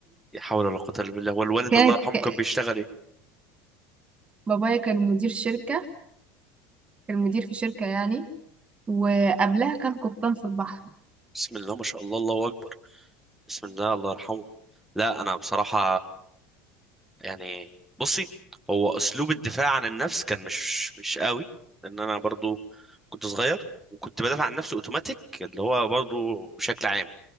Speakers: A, in the centre; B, on the right.
A: لا حول ولا قوة الا بالله والوالد
B: كانت
A: الله يرحمه
B: ك...
A: كان بيشتغل ايه
B: بابايا كان مدير شركة كان مدير في شركة يعني وقبلها كان قبطان في البحر
A: بسم الله ما شاء الله الله اكبر بسم الله الله يرحمه لا انا بصراحة يعني بصي هو اسلوب الدفاع عن النفس كان مش مش قوي لان انا برضو كنت صغير وكنت بدافع عن نفسي اوتوماتيك اللي هو برضو بشكل عام